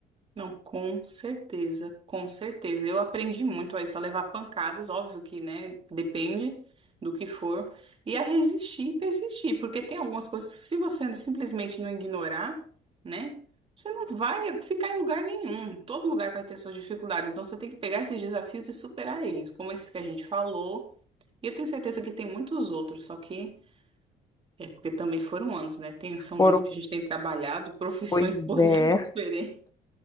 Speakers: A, on the right; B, on the left.
A: Não, com certeza, com certeza. Eu aprendi muito a isso, a levar pancadas, óbvio que, né, depende do que for, e a resistir e persistir, porque tem algumas coisas que se você simplesmente não ignorar, né, você não vai ficar em lugar nenhum. Todo lugar vai ter suas dificuldades, então você tem que pegar esses desafios e superar eles, como esses que a gente falou. E eu tenho certeza que tem muitos outros, só que é porque também foram anos, né? Tem, são
B: Foram,
A: anos que a gente tem trabalhado <laughs> profissões
B: pois
A: e posições
B: é.
A: diferentes.